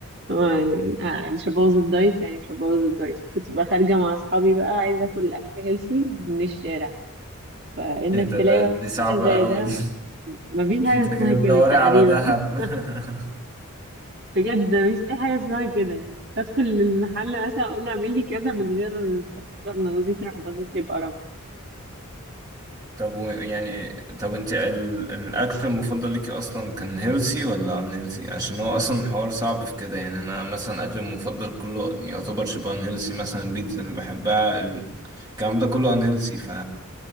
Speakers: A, on the right; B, on the right.
A: آه، آه، مش هبوظ الدايت يعني مش هبوظ الدايت كنت بقى خارجة مع أصحابي بقى عايزة أكل أكل هيلسي من الشارع فإنك
B: ايه ده
A: تلاقي
B: ده
A: بقى
B: دي صعبة
A: محل زي
B: قوي
A: ده
B: دي <laughs>
A: مفيش حاجة
B: انت
A: اسمها
B: كده
A: كده
B: بتدوري
A: تقريبا
B: على دهب
A: <laughs>
B: <laughs>
A: بجد مفيش أي حاجة اسمها كده يعني بدخل المحل مثلا أقول له اعمل لي كذا من غير تخصص ابن جوزي تروح باصص لي بقرف
B: طب و يعني طب انت ال... الاكل المفضل ليكي اصلا كان هيلسي ولا ان هيلسي عشان هو اصلا الحوار صعب في كده يعني انا مثلا اكلي المفضل كله يعتبر شبه ان هيلسي مثلا البيتزا اللي بحبها ال- الكلام ده كله ان هيلسي ف